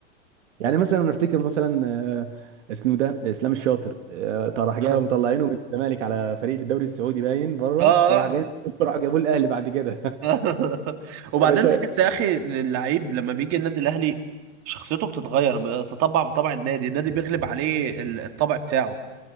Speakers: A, on the right; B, on the right.
A: يعني مثلا انا افتكر مثلا آه، اسمه ده اسلام الشاطر آه، طب راح جاي
B: <laughs> اه
A: ومطلعينه من الزمالك على فريق في الدوري السعودي باين بره
B: اه
A: وراح جاي <laughs> راح جابوه الاهلي بعد كده
B: <laughs> وبعدين
A: <laughs> يا باشا
B: تحس يا اخي ان اللعيب لما بيجي النادي الاهلي شخصيته بتتغير بتطبع بطبع النادي النادي بيغلب عليه ال- الطبع بتاعه